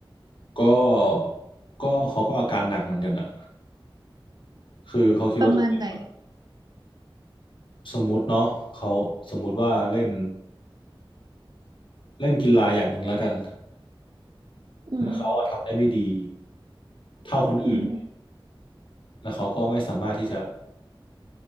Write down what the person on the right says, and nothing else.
ประมาณไหน
อืม
อืม